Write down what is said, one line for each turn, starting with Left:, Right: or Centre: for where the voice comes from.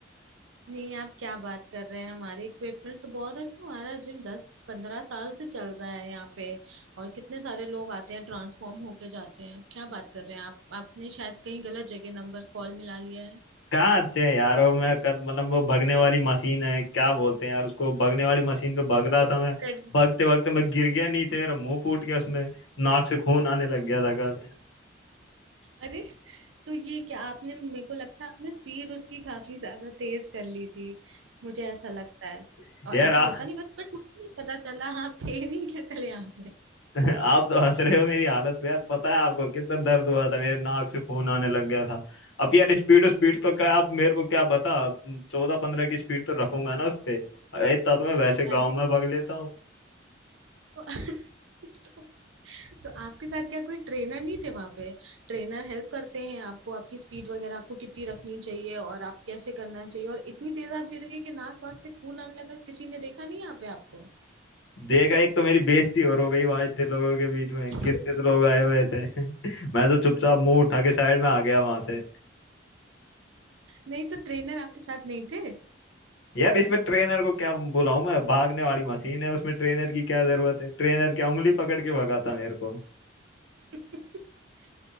Right: नहीं आप क्या बात कर रहे हैं हमारे इक्विपमेंट्स तो बहुत अच्छे हैं। हमारा जिम दस पंद्रह साल से चल रहा है यहाँ पे और कितने सारे लोग आते हैं ट्रांसफॉर्म होके जाते हैं आप क्या बात कर रहे हैं आप आपने शायद कहीं गलत जगह नंबर कॉल मिला लिया है
Left: कहाँ अच्छे हैं यार वो मैं कल मतलब वो भगने वाली मशीन है क्या बोलते हैं यार उसको भगने वाली मशीन पे भग रहा
Right: Red-
Left: था मैं
Right: red-
Left: भगते भगते मैं गिर गया नीचे मेरा मुंह फूट गया उसमें नाक से खून आने लग गया था कल
Right: अरे तो ये क्या आपने मेरे को लगता है आपने स्पीड उसकी काफी ज्यादा तेज कर ली थी मुझे ऐसा लगता है
Left: <laughs>
Right: और
Left: यार
Right: ऐसा
Left: आ,
Right: होता नहीं बट बट मुझे नहीं पता चला आप थे नहीं क्या कल यहाँ पे
Left: <laughs> आप तो हंस रहे हो मेरी हालत पे यार पता है आपको कितना दर्द हुआ था मेरे नाक से खून आने लग गया था अब यार स्पीड स्पीड तो क्या आप मेरे को क्या बता चौदह पंद्रह की स्पीड तो रखूंगा ना उस पे इतना तो मैं वैसे गांव
Right: अरे
Left: में भाग लेता हूँ
Right: तो, <laughs> तो, तो आपके साथ क्या कोई ट्रेनर नहीं थे वहां पे ट्रेनर हेल्प करते हैं आपको आपकी स्पीड वगैरह आपको कितनी रखनी चाहिए और आप कैसे करना चाहिए और इतनी तेज आप गिर गए कि नाक वाक से खून आने लगा किसी ने देखा नहीं यहाँ पे आपको
Left: देगा एक तो मेरी बेइज्जती और हो गई वहां इतने लोगों के बीच में
Right: <laughs>
Left: कितने तो लोग आए हुए थे <laughs> मैं तो चुपचाप मुंह उठा के साइड में आ गया वहां से
Right: नहीं तो ट्रेनर आपके साथ नहीं थे
Left: यार इसमें ट्रेनर को क्या बुलाऊं मैं भागने वाली मशीन है उसमें ट्रेनर की क्या जरूरत है ट्रेनर क्या उंगली पकड़ के भगाता मेरे को
Right: <laughs> नहीं